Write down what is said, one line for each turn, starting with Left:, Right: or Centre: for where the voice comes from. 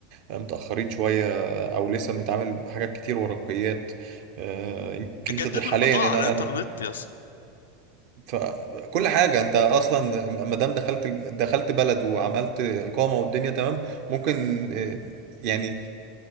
Right: آه، متاخرين شويه آه، او لسه بنتعامل بحاجات كتير ورقيات آه، يمكن
Left: بيجددوا
Right: انت حاليا
Left: البطاقه
Right: هنا
Left: على الانترنت
Right: انا
Left: يا اسطى
Right: ف- كل حاجه انت اصلا ما دام دخلت دخلت بلد وعملت اقامه والدنيا تمام ممكن آه، يعني